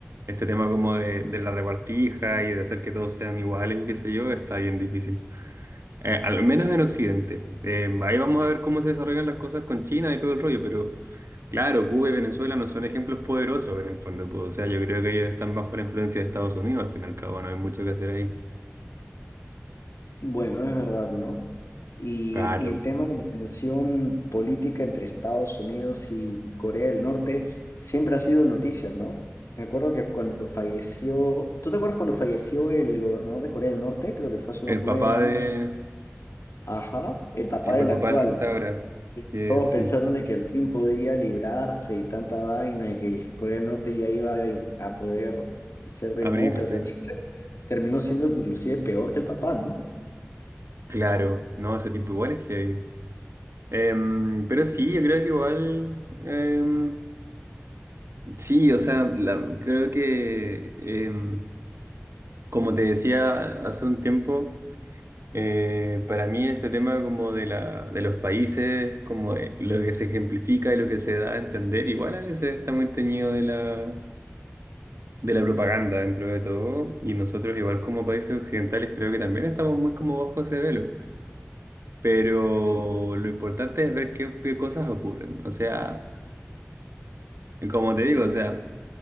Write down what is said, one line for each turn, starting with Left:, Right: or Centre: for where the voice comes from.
Right: este tema como de, de la repartija y de hacer que todos sean iguales y qué sé yo, está bien difícil. Eh, al menos en Occidente. Eh, ahí vamos a ver cómo se desarrollan las cosas con China y todo el rollo, pero claro, Cuba y Venezuela no son ejemplos poderosos en el fondo. pues, o sea, yo creo que ellos están bajo la influencia de Estados Unidos, al fin y al cabo, no hay mucho que hacer ahí.
Left: Bueno, es verdad, ¿no? Y,
Right: Claro.
Left: y el tema de la tensión política entre Estados Unidos y Corea del Norte siempre ha sido noticia, ¿no? Me acuerdo que cuando falleció, ¿tú te acuerdas cuando falleció el gobernador de Corea del Norte? Creo que fue hace
Right: El
Left: unos nueve
Right: papá
Left: años.
Right: de...
Left: Ajá, el papá
Right: Sí, pues
Left: del
Right: el
Left: actual.
Right: papá del que está ahora, que
Left: Todos
Right: sí,
Left: pensaron de que al fin podía librarse y tanta vaina y que Corea del Norte ya iba a a poder ser demócrata,
Right: abrirse.
Left: etc. Terminó siendo inclusive peor que el papá, ¿no?
Right: Claro, no, ese tipo igual es heavy. Em, pero sí, yo creo que igual... em, sí, o sea, la- creo que... em, como te decía hace un tiempo... Eh, para mí este tema como de la, de los países, como de lo que se ejemplifica y lo que se da a entender, igual a veces está muy teñido de la, de la propaganda dentro de todo, y nosotros igual como países occidentales creo que también estamos muy como bajo ese velo, pero
Left: Sí,
Right: lo importante es ver qué, qué cosas ocurren, o sea, como te digo, o sea,